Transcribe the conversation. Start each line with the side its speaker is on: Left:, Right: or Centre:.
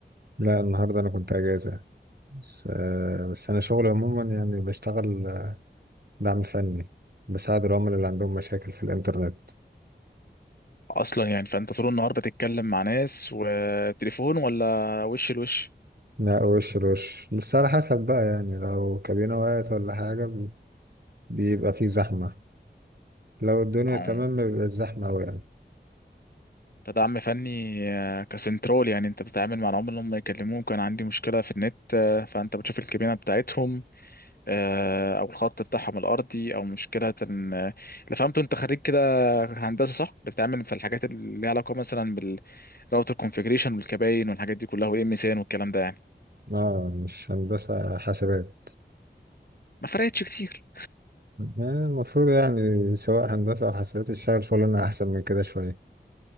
Right: لا النهاردة أنا كنت أجازة بس, آه، بس أنا شغلي عموما يعني بشتغل آه، دعم فني بساعد العملاء اللي عندهم مشاكل في الإنترنت
Left: أصلا يعني فأنت طول النهار بتتكلم مع ناس وتليفون ولا وش لوش؟
Right: لا وش لوش بس على حسب بقى يعني لو كابينة وقعت ولا حاجة بيبقى في زحمة لو الدنيا
Left: أه
Right: تمام بيبقى الزحمة أوي يعني
Left: كدعم فني آه، كسنترول يعني انت بتتعامل مع العملاء اللي هم يكلموك كان عندي مشكله في النت آه، فانت بتشوف الكابينه بتاعتهم آه، او الخط بتاعهم الارضي او مشكله إن- آه، اللي فهمته انت خريج كده هندسه صح بتتعامل في الحاجات اللي ليها علاقه مثلا بالراوتر كونفيجريشن والكباين والحاجات دي كلها والام اس ان والكلام ده يعني
Right: آه مش هندسة حاسبات
Left: ما فرقتش كتير
Right: آه، المفروض يعني سواء هندسة أو حاسبات تشتغل شغلنا أحسن من كده شوية